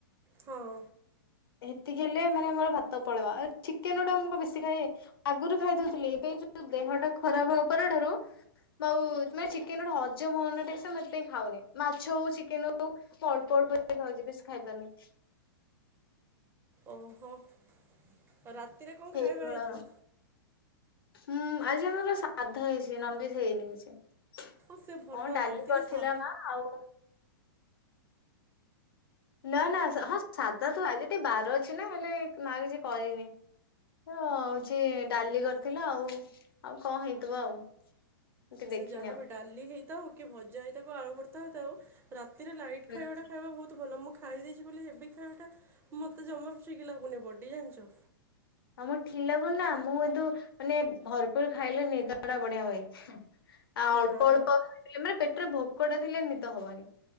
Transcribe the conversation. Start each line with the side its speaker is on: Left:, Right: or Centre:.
Right: ହଁ।
Left: ହେତିକି ହେଲେ ମାନେ ମୋର ଭାତ ପଳେବ ଆଉ ଚିକେନ ଅଡ଼ା ମୁ କଣ ବେଶୀ ଖାଏ। ଆଗରୁ ଖାଇଦଉଥିଲି ଏବେ ଯୋଉ ଦେହଟା ଖରାପ୍ ହବା ପର ଠାରୁ ମୁଆଉ ଚିକେନ୍ ଗୋଟେ ହଜମ ହଉନି ଟିକେ ସେଇଥିପାଇଁ ଖାଉନି ମାଛ ହଉ ଚିକେନ ହଉ ଅଳ୍ପ ଅଳ୍ପ ଖାଉଚି ବେଶୀ ଖାଇ ପାରୁନି।
Right: ଓହୋ ଆଉ ରାତିରେ କଣ
Left: ସେଇଭଳିଆ
Right: ଖାଇବା ହେଇଚି?
Left: ହୁଁ ଆଜି ଆମର ସାଧା ହେଇଚି ନନଭେଜ୍ ହେଇନି କିଛି। କଣ
Right: ହଁ ସେ ଭଲ
Left: ଡାଲି
Right: ରାତିରେ
Left: କରିଥିଲା
Right: ସା
Left: ମା ଆଉ ନା ନା ହଁ ସାଧାତ ଆଜି ଟିକେ ବାର ଅଛିନା ହେଲେ ମା କିଛି କରିନି। ତ ହଉଚି ଡାଲି କରିଥିଲା ଆଉ ଆଉ କଁ ହେଇଥିବ ଆଉ। ମୁଁ ଟିକେ
Right: ସେ
Left: ଦେଖିନି
Right: ଯାହାବି
Left: ଆଉ
Right: ଡାଲି ହେଇଥାଉ କିଭଜା ହେଇଥାଉ ଆଳୁ କରିଥା ହେଥାଉ ରାତିରେ ଲାଇଟ୍ ଖାଇବାଟା
Left: ହୁଁ
Right: ଖାଇବା ବହୁତ୍ ଭଲ ମୁଁ ଖାଇ ଦେଇଛି ବୋଲି ହେବି ଖାଇବାଟା ମୋତେ ଜମା ଶିକି ଲାଗୁନି ବଡ଼ି ଜାଣିଚ।
Left: <unintelligible> ମୁଁ କିନ୍ତୁ <unintelligible> ମାନେ ଭରପୁରୁ ଖାଇଲେ ନିଦଟା ବଢ଼ିଆ ହୁଏ। ଆଉ ଅଳ୍ପ
Right: ନା
Left: ଅଳ୍ପ ଖାଇଲେ ମାନେ ପେଟରେ ଭୋକଟା ଥିଲେ ନିଦ ହବନି।